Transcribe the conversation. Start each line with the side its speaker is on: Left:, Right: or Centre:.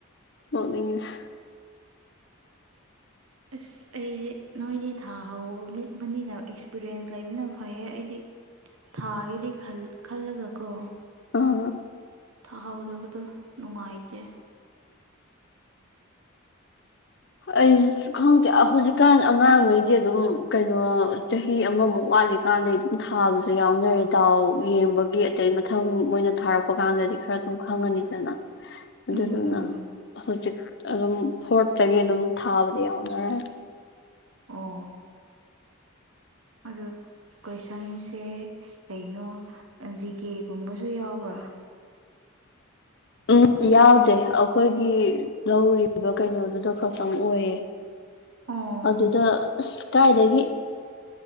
Left: ꯅꯣꯛꯅꯤꯡꯉꯦ
Right: ꯑꯁ ꯑꯩꯗꯤ ꯅꯣꯏꯗꯤ ꯊꯥꯍꯧꯕꯅꯤꯅ ꯑꯦꯛꯁꯄꯤꯔꯤꯌꯦꯟꯁ ꯂꯩꯕꯅ ꯐꯩꯌꯦ ꯑꯩꯗꯤ ꯊꯥꯒꯦꯗꯤ ꯈꯜ ꯈꯜꯂꯒ ꯀꯣ
Left: ꯑꯥ
Right: ꯊꯥꯍꯧꯗꯕꯗꯣ ꯅꯨꯡꯉꯥꯏꯇꯦ
Left: ꯑꯩꯁ ꯈꯪꯗꯦ ꯍꯧꯖꯤꯛꯀꯥꯟ ꯑꯉꯥꯡꯉꯩꯗꯤ ꯑꯗꯨꯝ ꯀꯩꯅꯣ ꯆꯍꯤ ꯑꯃꯃꯨꯛ ꯋꯥꯠꯂꯤꯀꯥꯟꯗꯩ ꯑꯗꯨꯝ ꯊꯥꯕꯖꯨ ꯌꯥꯎꯅꯔꯦ ꯗꯥꯎ ꯌꯦꯡꯕꯒꯤ ꯑꯗꯩ ꯃꯊꯪ ꯃꯣꯏꯅ ꯊꯥꯔꯛꯄ ꯄꯀꯥꯟꯗꯗꯤ ꯈꯔ ꯑꯗꯨꯝ ꯈꯪꯉꯅꯤꯗꯅ ꯑꯗꯨꯗꯨꯅ
Right: ꯎꯝ ꯎꯝ
Left: ꯍꯧ ꯖꯤꯛ ꯑꯗꯨꯝ ꯐꯣꯔꯠꯇꯒꯤ ꯑꯗꯨꯝ ꯊꯥꯕꯗꯤ ꯌꯥꯎꯅꯔꯦ
Right: ꯑꯣ ꯑꯗꯣ ꯀꯣꯏꯁꯟꯁꯦ ꯀꯩꯅꯣ ꯖꯤꯀꯦ ꯒꯨꯝꯕ ꯗꯨ ꯌꯥꯎꯕ꯭ꯔꯣ
Left: ꯎꯝ ꯌꯥꯎꯗꯦ ꯑꯩꯈꯣꯏꯒꯤ ꯂꯧꯔꯤꯕ ꯀꯩꯅꯣꯗꯨꯗ ꯈꯛꯇꯪ ꯑꯣꯏꯌꯦ
Right: ꯑꯣ
Left: ꯑꯗꯨꯗ ꯑꯁ ꯀꯥꯏꯗꯒꯤ